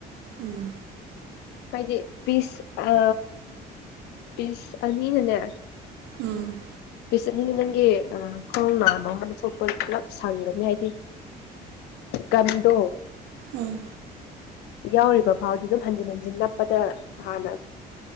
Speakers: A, on the right; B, on the left.
A: ꯎꯝ
B: ꯍꯥꯏꯗꯤ ꯄꯤꯁ ꯑ ꯄꯤꯁ ꯑꯅꯤꯅꯅꯦ
A: ꯎꯝ
B: ꯄꯤꯆꯠꯅꯤꯅ ꯅꯪꯒꯤ ꯈꯣꯔꯣꯡ ꯃꯅꯥꯕ ꯑꯃ ꯊꯣꯛꯣꯛꯄ ꯄꯨꯂꯞ ꯁꯪꯒꯅꯤ ꯍꯥꯏꯗꯤ ꯀꯟꯗꯣ
A: ꯎꯝ
B: ꯌꯥꯎꯔꯤꯕ ꯐꯥꯎꯗꯤ ꯑꯗꯨꯝ ꯍꯟꯖꯤꯟ ꯍꯟꯖꯤꯟ ꯅꯞꯄꯗ ꯍꯥꯟꯅ